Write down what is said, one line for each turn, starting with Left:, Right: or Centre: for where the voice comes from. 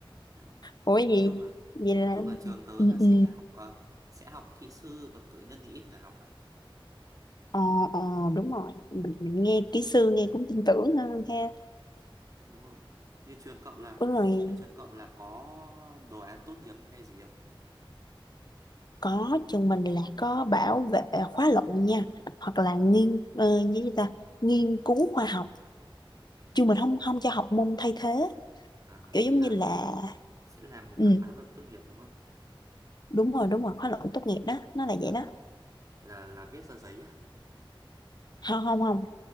Right: Đấy.
Left: ủa gì
Right: Nói chung là
Left: vậy là
Right: nói chung là trường tớ
Left: ừ
Right: là sẽ
Left: ừ
Right: học ờ, sẽ học kỹ sư còn cử nhân thì ít người học á.
Left: ờ ờ đúng rồi mình, mình
Right: Ừ,
Left: nghe kỹ sư nghe cũng tin tưởng hơn ha
Right: Đúng rồi. Như trường cậu là
Left: ủa rồi
Right: như trường cậu là có đồ án tốt nghiệp hay gì không?
Left: có trường mình là có bảo vệ khóa luận nha hoặc
Right: Ừ.
Left: là nghiên ờ, như gì ta nghiên cứu khoa học
Right: Ừ.
Left: trường mình không không cho học môn thay thế
Right: À,
Left: kiểu
Right: ý
Left: giống
Right: là
Left: như là
Right: sẽ làm một
Left: ừ
Right: cái khóa luận tốt nghiệp đúng không?
Left: đúng rồi đúng rồi khóa luận tốt nghiệp đó nó là vậy
Right: À,
Left: đó
Right: là là viết ra giấy à?
Left: không không không